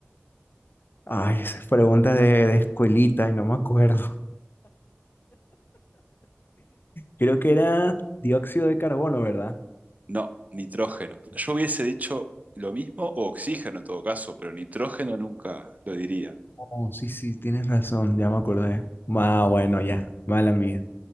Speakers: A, on the left (about 55°); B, on the right (about 40°).
A: Ay, esas preguntas de, de escuelita y no me acuerdo. Creo que era dióxido de carbono, ¿verdad?
B: No, nitrógeno. Yo hubiese dicho lo mismo o oxígeno en todo caso, pero nitrógeno nunca lo diría.
A: Oh, sí, sí, tienes razón, ya me acordé. Ah, bueno, ya, mala mía.